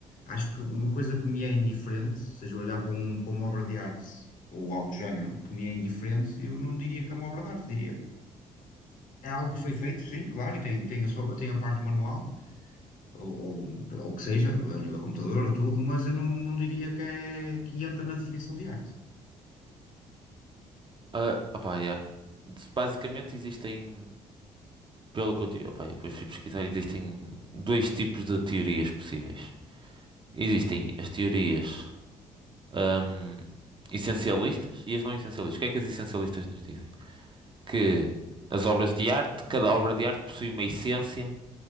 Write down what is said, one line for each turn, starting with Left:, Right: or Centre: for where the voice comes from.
Left: Acho que uma coisa que me é indiferente, seja olhar para, um- para uma obra de arte ou algo do género que me é indiferente, eu não diria que é uma obra de arte, diria. É algo que foi feito, sim, claro, e tem, tem a sua, tem a parte manual, ou, ou, ou que seja, a nível computador ou tudo, mas eu não, não diria que, é, que entra na definição de arte.
Right: ah, opá, yeah. Se- Basicamente existem, pelo que eu tive, opá, eu depois fui pesquisar, existem dois tipos de teorias possíveis. Existem as teorias, ahm, essencialistas e as não essencialistas. O que é que as essencialistas nos dizem? que as obras de arte, cada obra de arte possui uma essência